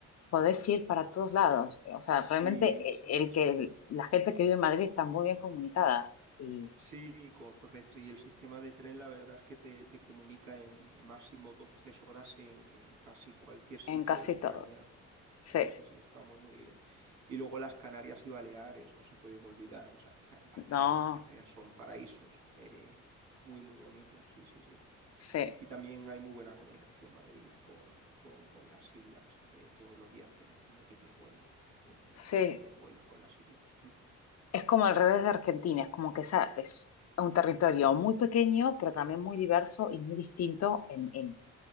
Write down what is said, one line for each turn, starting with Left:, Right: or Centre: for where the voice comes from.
Left: podés ir para todos lados. O sea,
Right: Sí,
Left: realmente eh,
Right: sí,
Left: el
Right: sí, sí.
Left: que la gente que vive en Madrid está muy bien comunicada. y
Right: Sí, co- correcto. Y el sistema de tren, la verdad es que te, te comunica en, en máximo dos, tres horas en, en casi cualquier sitio
Left: En casi
Right: de España.
Left: todo. Sí.
Right: Sí, sí, sí, está muy, muy bien. Y luego las Canarias y Baleares, no se pueden olvidar. O sea, Ca- Baleares
Left: No,
Right: y Canarias son paraísos eh, muy, muy bonitos. Sí, sí, sí.
Left: sí.
Right: Y también hay muy buena comunicación Madrid con, con- con las islas. eh, todos los días tienes múltiples vuelos. Puedes tener
Left: Sí.
Right: 5 o 10 vuelos con las islas. <laughs>
Left: Es como al revés de Argentina, es como que esa es un territorio muy pequeño, pero también muy diverso y muy distinto en, en,